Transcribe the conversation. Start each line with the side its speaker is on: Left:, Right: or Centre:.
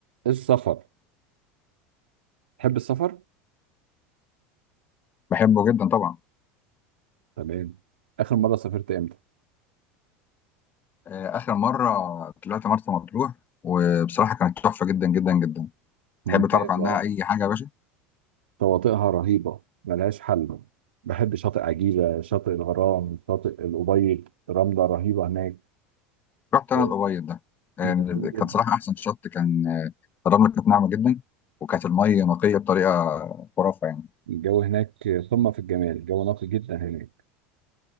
Right: السفر تحب السفر؟
Left: بحبه جدا طبعا
Right: تمام آخر مرة سافرت إمتى؟
Left: آه، آخر مرة طلعت مرسى مطروح وبصراحة كانت تحفة جدا جدا جدا
Right: ممتازة
Left: تحب تعرف عنها أي حاجة يا باشا
Right: شواطئها رهيبة ملهاش حل بحب شاطئ عجيبة شاطئ الغرام شاطئ الأبيض رملة رهيبة هناك
Left: رحت أنا
Right: آه،
Left: الأبيض ده آه،
Right: جميل جدا
Left: كانت صراحة أحسن شط كان آه، الرملة كانت ناعمة جدا وكانت المية نقية بطريقة خرافة يعني
Right: الجو هناك قمة في الجمال الجو نقي جدا هناك